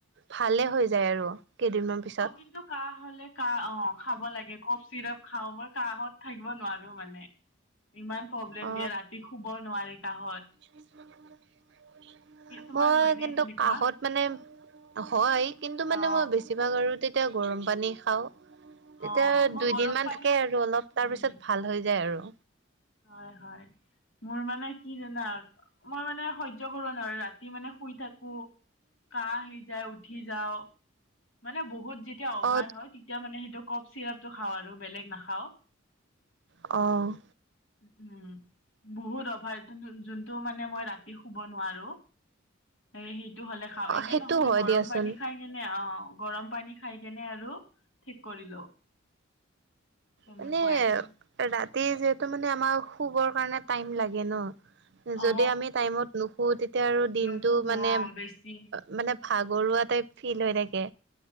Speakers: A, on the right; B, on the left.
A: ভালে হৈ যায় আৰু কেইদিনমান পিছত
B: অ', কিন্তু কাহঁ হ'লে কাঁহ অ' খাব লাগে ক'ফ চিৰাপ খাওঁ, মই কাঁহত থাকিব নোৱাৰো মানে। ইমান প্ৰব্লেম
A: অ
B: দিয়ে ৰাতি শুব নোৱাৰি কাঁহত।
A: <inaudible>
B: তোমাৰ
A: মই
B: হয়নে
A: কিন্তু
B: তেনেকুৱা
A: কাঁহত মানে হয় কিন্তু
B: অ
A: মানে মই বেছি বেছিভাগ আৰু তেতিয়া গৰম পানী খাওঁ। তেতিয়া
B: অ মই
A: দুই
B: গৰম
A: দিন মান
B: পানী
A: থাকে আৰু অলপ তাৰ
B: উম
A: পিছত ভাল হৈ যায় আৰু।
B: হয়, হয়, মোৰ মানে কি জানা? মই মানে সহ্য কৰিব নোৱাৰো ৰাতি মানে শুই থাকো। কাঁহ আহি যায় উঠি যাওঁ, মানে বহুত যেতিয়া অভাৰ
A: অ
B: হয় তেতিয়া মানে সেইটো ক'ফ চিৰাপটো খাওঁ আৰু বেলেগ নাখাওঁ।
A: অ'।
B: উম। বহুত অভাৰ যোন-যোনটো মানে মই ৰাতি শুব নোৱাৰো। এ সেইটো হ'লে খাওঁ,
A: অ
B: এনে
A: সেইটো
B: নহ'লে
A: হয়
B: গৰম
A: দিয়াচোন
B: পানী খাই কেনে অ'। গৰম পানী খাই কেনে আৰু ঠিক কৰিলো। তেনেকুৱাই।
A: মানে ৰাতি যিহেতু মানে আমাৰ শুবৰ কাৰণে টাইম লাগে ন। যদি
B: অ
A: আমি টাইমত নুশু তেতিয়া আৰু দিনটো
B: নুশু
A: মানে
B: অ বেছি
A: অ', মানে
B: উম
A: ভাগৰুৱা টাইপ ফিল হৈ থাকে।